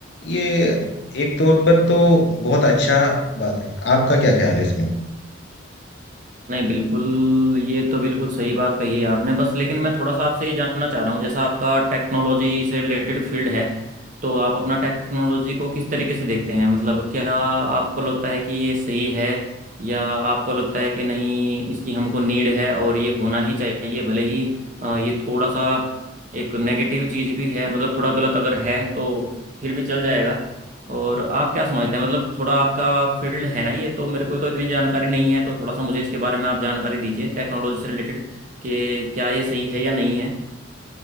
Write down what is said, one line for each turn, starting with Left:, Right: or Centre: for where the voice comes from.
Left: ये एक तौर पर तो बहुत अच्छा बात है आपका क्या ख्याल है इसमें
Right: नहीं बिल्कुल ये तो बिल्कुल सही बात कही है आपने बस लेकिन मैं थोड़ा सा आपसे ये जानना चाह रहा हूँ जैसा आपका टेक्नोलॉजी से रिलेटेड फील्ड है तो आप अपना टेक्नोलॉजी को किस तरीके से देखते हैं मतलब क्या आपको लगता है कि ये सही है या आपको लगता है कि नहीं इसकी हमको नीड है और ये होना ही चाहिए भले ही अ, ये थोड़ा सा एक नेगेटिव चीज़ भी है मतलब थोड़ा गलत अगर है तो फिर भी चल जाएगा और आप क्या समझते हैं मतलब थोड़ा आपका फील्ड है ना ये तो मेरे को तो इतनी जानकारी नहीं है तो थोड़ा सा मुझे इसके बारे में आप जानकारी दीजिए टेक्नोलॉजी से रिलेटेड कि क्या ये सही है या नहीं है